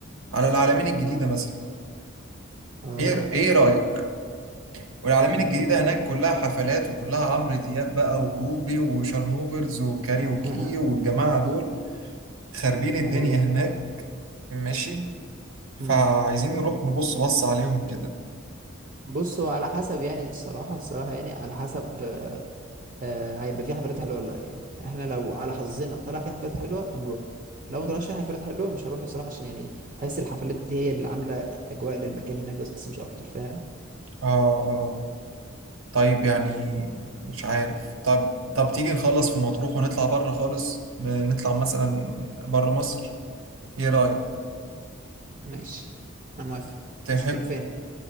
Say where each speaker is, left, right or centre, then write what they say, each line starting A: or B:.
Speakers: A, on the right; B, on the right.
A: على العلمين الجديدة مثلا
B: اه
A: ايه ايه رأيك والعلمين
B: انت-
A: الجديدة هناك كلها حفلات وكلها عمرو دياب بقى وروبي وشارموفرز وكاريوكي
B: <laughs>
A: والجماعة دول خاربين الدنيا
B: ايوه
A: هناك ماشي فعايزين
B: امم
A: نروح نبص بص عليهم كده
B: بصوا على حسب يعني الصراحه الصراحه يعني على حسب آه، آه، هيبقى في حفلات حلوه ولا لا يعني احنا لو على حظنا طلع في حفلات حلوه هنروح لو ما طلعش في حفلات حلوه مش هروح الصراحه عشان يعني بحس الحفلات دي هي اللي عامله اجواء للمكان هناك بس مش اكتر فاهم
A: آه آه. طيب يعني مش عارف طب طب تيجي نخلص في مطروح ونطلع بره خالص ن- نطلع مثلا بره مصر ايه رأيك
B: ماشي انا موافق
A: تحب
B: بس هتروح فين